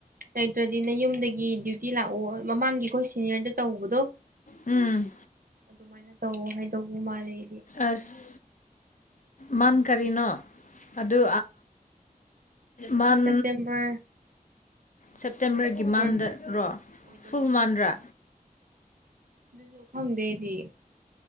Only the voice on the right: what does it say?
ꯂꯩꯇ꯭ꯔꯗꯤꯅ ꯌꯨꯝꯗꯒꯤ ꯗ꯭ꯌꯨꯇꯤ ꯂꯥꯛꯑꯣ ꯃꯃꯥꯡꯒꯤ ꯑꯩꯈꯣꯏ ꯁꯤꯅꯤꯌꯔꯗ ꯇꯧꯕꯗꯣ
ꯑꯗꯨꯃꯥꯏꯅ ꯇꯧ ꯍꯥꯏꯗꯧꯕ ꯃꯥꯜꯂꯦꯗꯤ
ꯁꯦꯞꯇꯦꯝꯕꯔ
ꯁꯦꯞꯇꯦꯝꯕꯔ
ꯑꯣꯏꯗꯧꯕ
ꯃꯥꯜꯂꯦ
ꯑꯗꯨꯁꯨ ꯈꯪꯗꯦꯗꯤ